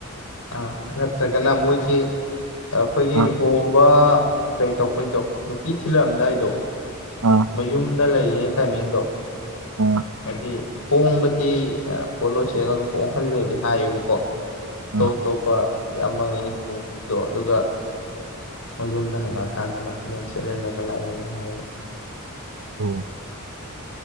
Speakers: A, on the left; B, on the right.
A: ꯑꯥ ꯑ ꯅꯠꯇ꯭ꯔꯒꯅ ꯃꯣꯏꯒꯤ ꯑꯩꯈꯣꯏꯒꯤ
B: ꯑꯥ
A: ꯂꯨꯍꯣꯡꯕ ꯀꯩ ꯇꯧ ꯕꯩ ꯇꯣ ꯅꯨꯄꯤ ꯊꯤꯜꯂꯛꯑꯝꯗꯥꯏꯗꯣ
B: ꯑꯥ
A: ꯃꯌꯨꯝ ꯗ ꯂꯩꯔꯤꯉꯩ ꯇꯥꯏꯃꯤꯡꯗꯣ
B: ꯑꯥ
A: ꯍꯥꯏꯗꯤ ꯍꯣꯡꯕꯗꯤ ꯄꯣꯠꯂꯣꯢ ꯁꯦꯠꯂꯒ ꯍꯣꯡꯍꯜꯂꯦꯗꯤ ꯍꯥꯏꯌꯦꯕꯀꯣ ꯑꯇꯣꯞ
B: ꯑꯥ
A: ꯑꯇꯣꯞꯄ ꯑꯃꯉꯩ ꯂꯨꯍꯣꯡꯕꯗꯣ ꯑꯗꯨꯒ ꯈꯣꯏ ꯌꯨꯝꯗ ꯍꯜꯂꯛꯑꯀꯥꯟꯗꯅ ꯐꯅꯦꯛ ꯁꯦꯠꯍꯜꯂꯒ ꯂꯥꯛꯑꯦꯒ ꯍꯥꯏꯌꯦꯕ
B: ꯑꯣ